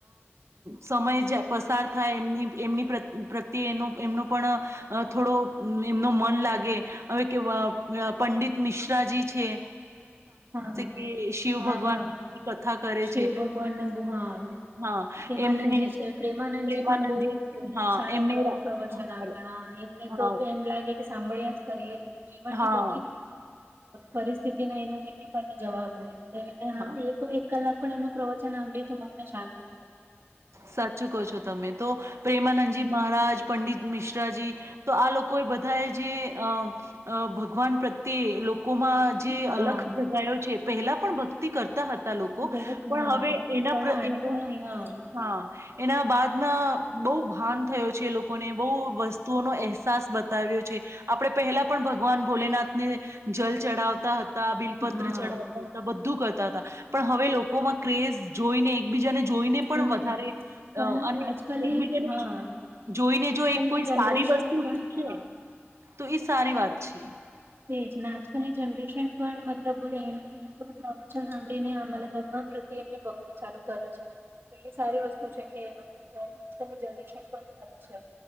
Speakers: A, on the right (about 90°); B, on the right (about 55°).
A: સમય પસાર થાય એ એમની પ્રત્યે એમનો પણ થોડો એમનો મન લાગે હવે કે, પંડિત મિશ્ર. રાજજી છે.
B: હા
A: કે શિવ
B: હા
A: ભગવાનની
B: હા
A: કથા કરે
B: શિવ
A: છે.
B: ભગવાનને બ હા
A: હા,
B: પ્રેમાનંદજી
A: એમને
B: છે પ્રેમાનંદજી
A: પ્રેમાનંદજી
B: પણ બહ
A: છે. હા,
B: સારા
A: એમને રા
B: પ્રવચન
A: હા,
B: આપ્યા એમને તો
A: હા,
B: એમ લાગે. સાંભળ્યા જ કરીએ. જીવનની
A: હા.
B: બધી પરિસ્થિતિ. ની પાસે જવાબ હોય.
A: હા.
B: એટ એક કલાક. પ્રવચન અે તને શાંતિ મળ.
A: સાચું કહો છો તમે તો પ્રેમાનંદજી મહારાજ. પંડિત મિશ્રાજી, તો આ લોકો એ બધાએ જે અમ-અ ભગવાન પ્રત્યે લો <unintelligible> કોમાં જે
B: હા
A: અલખ જગાયો છે પહેલા પણ ભક્તિ કરતા હ લોકો
B: પેલું
A: પણ
B: હા
A: હવે એના-પ્ર-એનુ
B: પણ આટલું નહી હા
A: હ. એના બાદમાં બહુ ભાન થયો છે એ લોકોને બહુ વસ્તુઓનો અહેસાસ બતાવ્યો છે, આપણે પહેલા પણ ભગવાન ભોલેનાથને, જલ ચડાવતા હ તા બિલપત્ર
B: હા
A: ચડાવતા હતા બ તુ કરતા હતા, પણ હવે લોકોમાં ક્રેઝ જોઈને એકબીજાને જો પણ
B: હમ
A: વધારે
B: પણ
A: અ અને
B: આજકાલની
A: એકબીજાને
B: હા
A: જો જોઈને
B: આજકાલની
A: જો એક કોઈ
B: જનરેશન
A: સારી વસ્તુ
B: પણ
A: શીખે,
B: હા
A: તો એ સારી વાત છે.
B: તે જ ને આજકાલની જનરેશન પણ મતલબ એ પ્રવચન સાંભળીને મતલબ ભગવાન પ્રત્યે એમની ભક્તિ ચાલુ કરે છે એ સારી વસ્તુ છે કે મતલબ આજકાલની જનરેશન પણ કરે છે